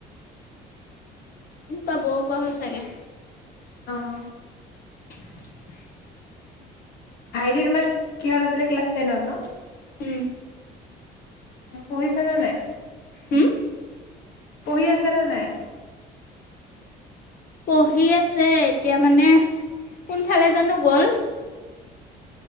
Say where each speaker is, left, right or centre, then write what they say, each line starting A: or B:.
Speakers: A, on the left; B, on the left.
A: পাবও পাৰো চাগে।
B: অঁ'।
A: <unintelligible>
B: ভাইটী তোমাৰ কিহত আছিলে? ক্লাছ টেনত ন।
A: উম।
B: পঢ়িছা নে
A: পঢ়ি
B: নাই?
A: আছে হুম
B: পঢ়ি আছে নে নাই?
A: পঢ়ি আছে, এতিয়া মানে কোনফালে জানো গ'ল?